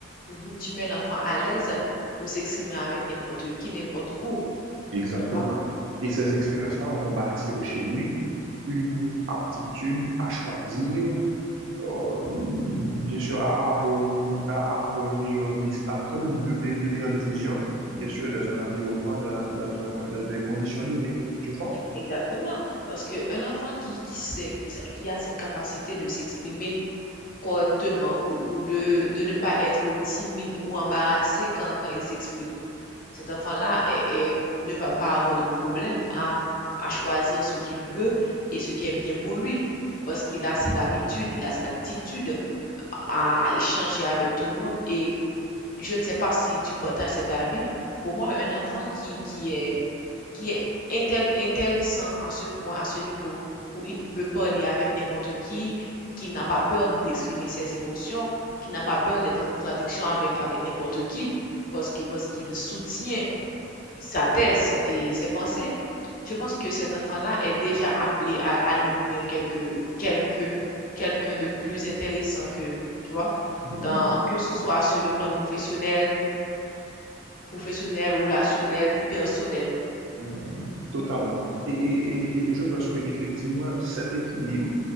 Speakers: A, on the left; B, on the right.
A: mhm, tu mets l'enfant à l'aise pour s'exprimer avec n'importe qui, n'importe où,
B: Exactement.
A: tu vois.
B: Et ces expériences-là vont bâtir chez lui une aptitude à choisir euh, bien sûr, à avoir une, à avoir une meilleure, dé- à prendre de, me- de meilleures décisions, bien sûr, dans un environnement, dans, dans un- dans des conditions données, tu vois?
A: Exactement, parce qu'un enfant qui, qui sait, qui, sa- qui a cette capacité de s'exprimer correctement ou, ou de, de ne pas être timide ou embarrassé quand, quand il s'exprime, cet enfant-là est- est- ne va pas avoir de problème à, à choisir ce qu'il veut et ce qui est bien pour lui, parce qu'il a cette habitude, il a cette aptitude à, à échanger avec tout le monde. Et je ne sais pas si tu partages cet avis, pour moi, un enfant qui, qui est qui est intel- intéressant à ce point, à ce niveau, où il peut parler avec n'importe qui, qui n'a pas peur d'exprimer ses émotions, qui n'a pas peur d'être en contradiction avec, avec n'importe qui, parce que, parce qu'il soutient sa thèse et ses pensées. Je pense que cet enfant-là est déjà appelé à, à devenir quelque, quelque, quelqu'un de plus intéressant que, tu vois,
B: Mhm.
A: dans,
B: <laughs>
A: que ce soit sur le plan professionnel, professionnel, relationnel, personnel.
B: Mhm, mhm, totalement. Et, et, et, et et je pense que effectivement cet équilibre